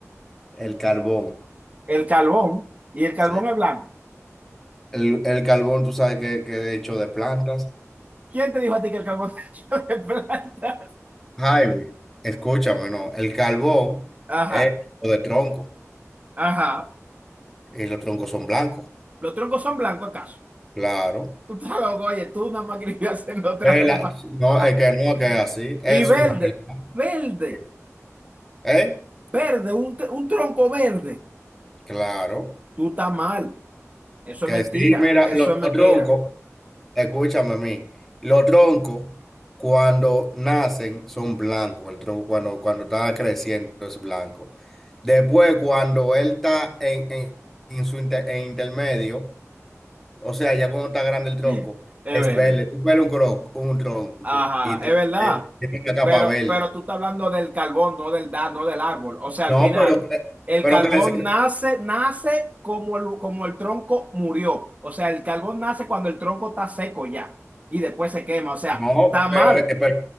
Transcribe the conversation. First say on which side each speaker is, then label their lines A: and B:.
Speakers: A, in the centre; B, on the right.
A: El carbón.
B: El carbón. Y el carbón
A: sí.
B: es blanco.
A: El, el carbón, tú sabes que, que es hecho de plantas.
B: ¿Quién te dijo a ti que el carbón <laughs> está hecho de plantas?
A: Jaime, escúchame, no. El carbón
B: Ajá,
A: es hecho de tronco
B: ajá.
A: y los troncos son blancos,
B: ¿Los troncos son blancos acaso?
A: claro.
B: Tú estabas, oye, tú nada más querías haciendo trampa.
A: Vela, no,
B: <laughs>
A: es que no, que es así. Es
B: Y verde,
A: una realidad.
B: verde,
A: Sí. ¿Eh?
B: verde, un, tr- un tronco verde.
A: Claro.
B: Tú estás mal. Eso
A: Que
B: es mentira,
A: sí, mira,
B: eso
A: los,
B: es mentira.
A: los troncos, escúchame a mí, los troncos cuando nacen son blancos, el tronco cuando, cuando está creciendo es blanco. Después, cuando él está en, en, en su inter- en intermedio, o sea, ya cuando está grande el tronco,
B: Es verde.
A: es verde. Tú ves un, cro- un tronco
B: Ajá,
A: y te,
B: es verdad.
A: te- tiene la capa
B: Pero,
A: verde.
B: pero tú estás hablando del carbón, no del da, no del árbol. O sea,
A: No,
B: al final,
A: pero, eh,
B: el
A: pero
B: carbón
A: crece,
B: nace, nace como el, como el tronco murió. O sea, el carbón nace cuando el tronco está seco ya. Y después se quema. O sea,
A: No,
B: está mal.
A: pero, eh, pero